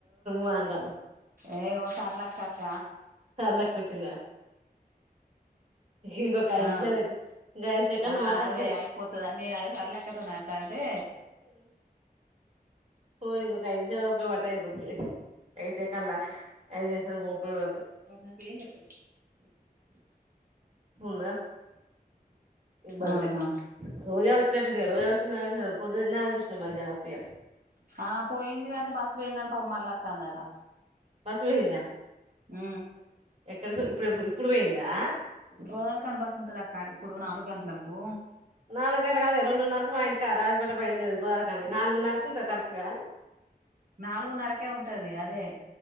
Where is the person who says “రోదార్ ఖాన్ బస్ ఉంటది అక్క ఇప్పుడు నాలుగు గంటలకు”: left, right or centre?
Right